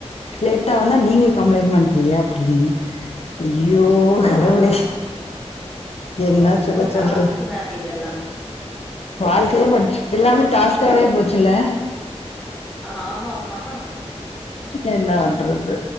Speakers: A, on the left; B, in the centre.
A: லேட்டா வந்தா நீங்க கம்ப்ளைன்ட் பண்றிங்க அப்டின் ஐயோ கடவுளே
B: ஆமா ஆமா.
A: என்ன
B: ரொம்ப
A: சொல்ல சொல்ற
B: டாஸ்க்கு மேம் இதெல்லாம்.
A: வாழ்க்கையே பார் எல்லாமே டாஸ்காவே போச்சில்ல
B: ஆமா ஆமா
A: என்னா பண்றது